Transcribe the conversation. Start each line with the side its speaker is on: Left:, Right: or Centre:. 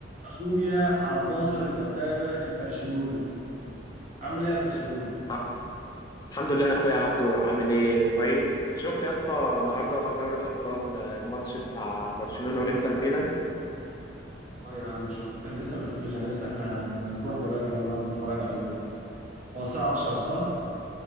Right: اخويا عبد ناصر الدبابه البرشلوني عامل ايه يا برشلوني
Left: ع- الحمد لله يا اخويا عبدو عامل ايه كويس شفت يا اسطى النهارده دوري الابطال آه، الماتش بتاع برشلونة وانتر ميلان
Right: اه يا عم شفت انا لسه ما شفتوش انا لسه احنا هنروح دلوقتي ونقعد نتفرج عليه كده هو الساعه 10 صح